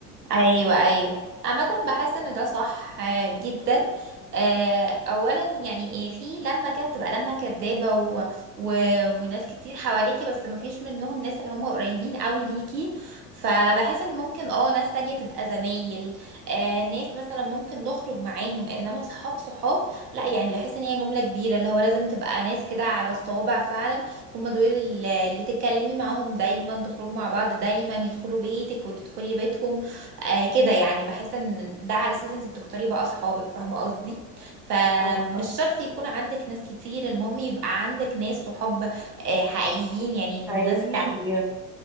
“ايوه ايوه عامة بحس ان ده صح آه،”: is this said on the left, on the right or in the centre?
Right